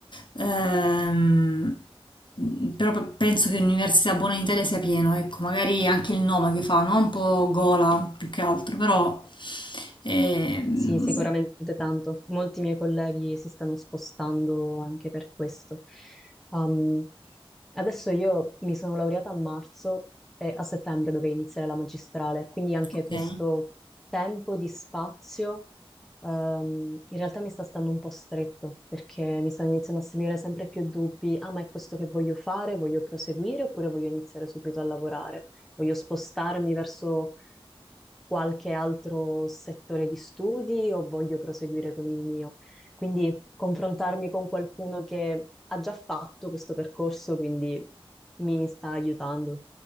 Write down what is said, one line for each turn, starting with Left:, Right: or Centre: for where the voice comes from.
Left: ehm, però pe- penso che l'università buona in Italia sia pieno, ecco, magari anche il nome che fa, no? Un po' gola più che altro, però... ehm,
Centre: Sì, sicuramente tanto. Molti miei colleghi si stanno spostando anche per questo. Um, adesso io mi sono laureata a marzo e a settembre dovevo iniziare la magistrale, quindi anche
Left: Ok,
Centre: questo tempo di spazio, um, in realtà mi sta stando un po' stretto perché mi stanno iniziando a salire sempre più dubbi. Ah, ma è questo che voglio fare? Voglio proseguire oppure voglio iniziare subito a lavorare? Voglio spostarmi verso qualche altro settore di studi o voglio proseguire con il mio. Quindi confrontarmi con qualcuno che ha già fatto questo percorso, quindi mi, mi sta aiutando.